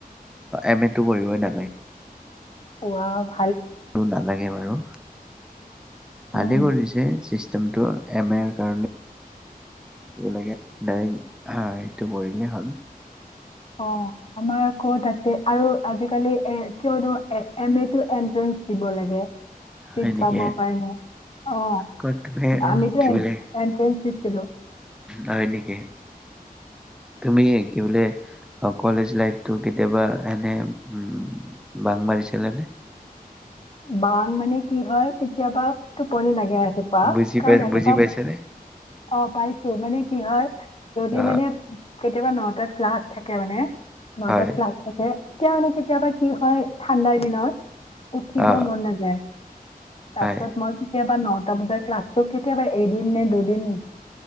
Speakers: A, in the centre; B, on the left.
A: এম এটো কৰিবা নালাগে।
B: উোৱা
A: নালাগে বাৰু,
B: উম,
A: ভালে কৰি দিছে চি যোনটো এম এ কাৰণে, ডাইৰেক্ট হা ইতো কৰিলেই হ'ল।
B: অ আমাৰ আকৌ তাতে, আৰু আজিকালি এ কিয়নো এ-এ এমতো এন্ট্ৰেঞ্চ দিব লাগে
A: হয়
B: চিট
A: নেকি
B: পাব কাৰণে অ,
A: ক'ত তুমি অ
B: আমিতো
A: কি বোলে
B: এন-এনট্ৰেঞ্চ দিছিলো।
A: হয় নেকি তুমি কি বোলে অ কলেজ লাইফটোত কেতিয়াবা এনে উম বাংক মাৰিছিলা নে?
B: বা মানে কি হয় কি। কেতিয়াবা টোপনি লাগে ৰাতিপুৱা
A: বুজি
B: কাৰণ
A: পাই
B: ৰাতিপুৱা
A: বুজি পাইছানে
B: অ পাইছো মানে কি হয় যদি
A: অ
B: মানে কেতিয়াবা নটাত ক্লাছ। থাকে মানে। নটাত
A: হয়
B: ক্লাছ থাকে তেতিয়া মানে কেতিয়াবা কি হয় ঠাণ্ডা। দিনত। উঠিব
A: অ
B: মন নাযায় তাৰ
A: হয়
B: পিছত মই কেতিয়াবা ন টা বজাত ক্লাছ। ত' কেতিয়াবা এদিন নে দুদিন